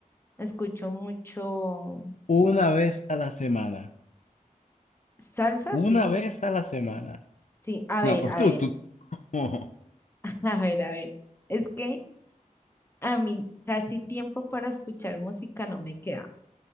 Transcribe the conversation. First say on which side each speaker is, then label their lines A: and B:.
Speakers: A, on the left; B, on the left.
A: escucho mucho
B: Una vez a la semana.
A: salsa,
B: Una
A: sí,
B: vez a la semana.
A: sí, a
B: No,
A: ver,
B: pues
A: a
B: tú,
A: ver,
B: tú. <laughs>
A: <laughs> a ver, a ver. Es que A mí casi tiempo para escuchar música no me queda.